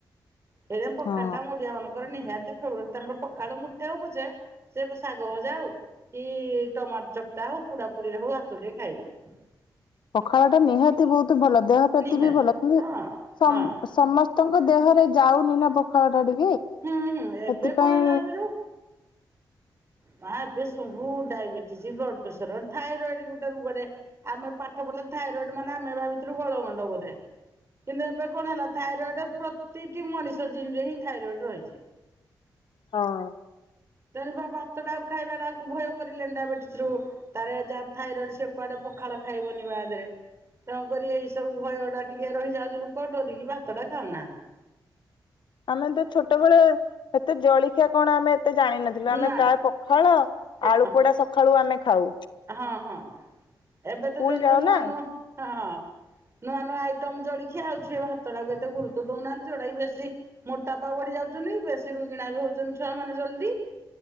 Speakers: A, on the right (about 35°); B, on the left (about 75°).
A: । ଏଇଥି ପାଇଁ ପଖାଳ
B: ହଁ।
A: ଟା ଓଡିଆ ମାନଙ୍କର ନିହାତି <unintelligible> ତାଙ୍କର ପଖାଳ ମୁଠା ହଉ ପଛେ ସେ ଶାଗ ଭଜା ହଉ, କି ଟମାଟର ଚକଟା ହଉ, ପୁଡ଼ା ପୁଡି ରେ ହଉ, ହାତୁ ଟେ ଖାଇବେ ।
B: ପଖାଳ ଟା ନିହାତି ବହୁତ ବହୁତ ଭଲ, ଦେହ ପ୍ରତି
A: ନିହାତି
B: ବି ଭଲ କିନ୍ତୁ
A: ହଁ
B: ସ
A: ହଁ
B: ସମସ୍ତ ତାଙ୍କ ଦେହରେ ଯାଉନି, ନା ପଖାଳ ଟା ଟିକେ
A: ହୁଁ, ହୁଁ
B: ସେଥିପାଇଁ
A: ଏବେ କଣ ହେଲା ଏବେରୁ ନା ଏବେ ସବୁ ଡାଇବେଟିସ, ବ୍ଲଡ ପ୍ରେସର, ଥାଇରଏଡ ଗୋଟେ ରୋଗ ଟେ ଆମେ ପାଠ ପଢିଲା ବେଳେ ଥାଇରଏଡ ମାନେ ଆମେ ଭାବିଥିଲୁ ଗଳଗଣ୍ଡ ବୋଧେ, କିନ୍ତୁ ଏବେ କଣ ହେଲା, ଥାଇରଏଡ ପ୍ରତିଟି ମଣିଷ ଜିନରେ ହିଁ ଥାଇରଏଡ ରହିଛି ।
B: ହଁ।
A: ତେଣୁ ବା ଭାତ ଟାକୁ ଖାଇବା ଟାକୁ ଭୟ କରିଲେଣି, ଡାଇବେଟିସ ରୁ ତାର ଯାହାର ଥାଇରଏଡ ସେ କୁଆଡେ ପଖାଳ ଖାଇବନି ବାଦରେ, ତେଣୁକରି ଏଇ ସବୁ ଭୟ ଟା ଟିକେ ରହିଯାଉଛି, ଲୋକ ଡରିକି ଭାତଟା ଖାଉନାହାନ୍ତି ।
B: ଆମେ ତ ଛୋଟବେଳେ ଏତେ ଜଳିଖିଆ କଣ ଆମେ ଏତେ ଜାଣିନଥିଲୁ, ଆମେ
A: ନା
B: ପ୍ରାୟ ପଖାଳ
A: ହଁ
B: ଆଳୁ ପୋଡା, ସକାଳୁ ଆମେ ଖାଉ ।
A: ହଁ, ହଁ ଏବେ
B: ସ୍କୁଲ
A: ତ ଯୋଉ, ଯୋଉ
B: ଯାଉ
A: ନୂଆ,
B: ନା
A: ନୂଆ ହଁ, ହଁ। ନୂଆ, ନୂଆ ଆଇଟମ ଜଳିଖିଆ ଆଉ ଛୁଏ ଭାତ ଟାକୁ ଏତେ ଗୁରୁତ୍ୱ ଦଉନାହାନ୍ତି, ଯୋଉଟା କି ବେଶୀ ମୋଟାପା ବଢି ଯାଉଛନ୍ତି, ବେଶୀ ରୋଗିଣା ବି ହଉଛନ୍ତି, ଛୁଆ ମାନେ ଜଲଦି ।